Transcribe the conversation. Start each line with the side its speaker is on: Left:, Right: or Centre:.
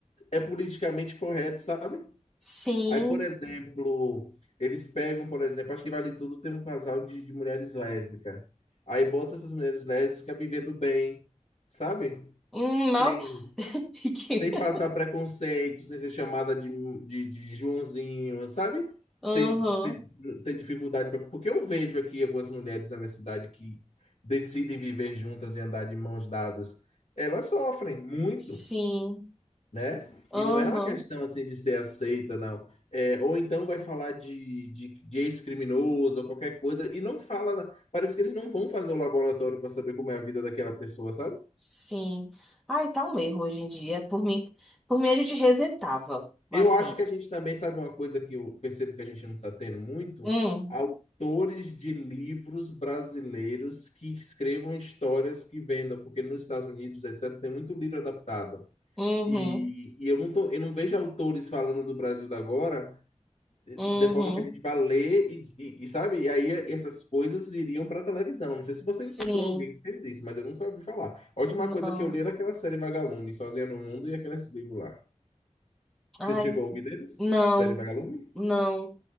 Left: é politicamente correto, sabe?
Centre: Sim.
Left: Aí, por exemplo, eles pegam, por exemplo, acho que Vale Tudo tem um casal de, de mulheres lésbicas. Aí bota essas mulheres lésbicas vivendo bem, sabe?
Centre: Hum,
Left: Sem
Centre: mal. <laughs>
Left: sem passar preconceito, sem ser chamada de, de, de Joãozinho, sabe?
Centre: Aham.
Left: Sem, sem ter dificuldade. Pra... Porque eu vejo aqui algumas mulheres na minha cidade que decidem viver juntas e andar de mãos dadas. Elas sofrem muito,
Centre: Sim.
Left: né?
Centre: Aham.
Left: E não é uma questão assim de ser aceita, não. É, ou então vai falar de, de, de ex-criminoso ou qualquer coisa e não fala. Parece que eles não vão fazer o laboratório para saber como é a vida daquela pessoa, sabe?
Centre: Sim. Ai, tá um erro hoje em dia. Por mim, por mim a gente resetava. Assim.
Left: Eu acho que a gente também sabe uma coisa que eu percebo que a gente não está tendo muito,
Centre: Hum,
Left: autores de livros brasileiros que escrevam histórias que vendam, porque nos Estados Unidos, etc., tem muito livro adaptado.
Centre: uhum,
Left: E, e eu não tô, eu não vejo autores falando do Brasil da agora de
Centre: uhum.
Left: de forma que a gente vá ler e, e- e, sabe? E aí essas coisas iriam para televisão. Não sei se você encontrou
Centre: Sim,
Left: alguém que fez isso, mas eu nunca ouvi falar. A última
Centre: não.
Left: coisa que eu li era aquela série Vagalume, Sozinha no Mundo e aqueles livros lá. Você
Centre: Ai,
Left: chegou a ouvir deles?
Centre: não,
Left: Série Vagalume?
Centre: não.